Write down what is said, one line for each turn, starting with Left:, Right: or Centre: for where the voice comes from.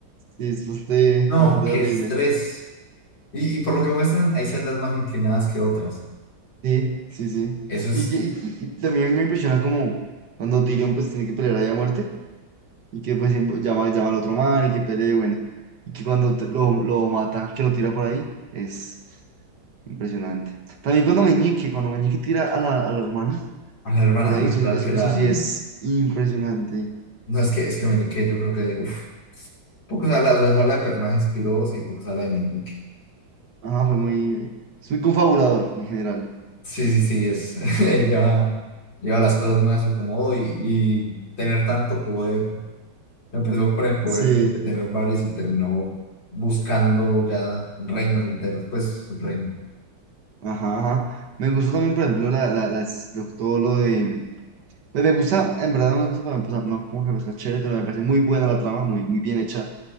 Right: Sí, es bastante,
Left: no,
Right: bastante
Left: qué
Right: horrible.
Left: estrés. Y, y por lo que muestran, hay celdas más inclinadas que otras.
Right: Sí, sí, sí.
Left: Eso es,
Right: Y, que, y- y también me impresiona como cuando Tyrion pues tiene que pelear allá a muerte y que pues invo- llama, llama al otro man y que pelee, bueno. Y que cuando te- lo, lo mata, que lo tira por ahí, es impresionante. También cuando Meñique, cuando Meñique tira a la, a la hermana
Left: a la hermana,
Right: Por ahí,
Left: verdad
Right: eso, eso,
Left: que la...
Right: eso sí es impresionante.
Left: No, es que, es que Meñique, yo creo que, uf, poco se habla, se habla de personajes pirosos y poco se habla de Meñique.
Right: Ajá, fue muy, es muy confabulador en general.
Left: Sí, sí, sí, es, <laughs> lleva, lleva las cosas muy a su acomodo y, y tener tanto poder. Empezó con el poder
Right: Sí,
Left: de, de tener bares y terminó buscando ya reinos enteros, pues reinos.
Right: ajá, ajá. Me gustó también, por ejemplo, la, la, las- lo- todo lo de... Pues me gusta, en verdad no me gusta, pues, no como que me parece chévere, pero me parece muy buena la trama, muy, muy bien hecha.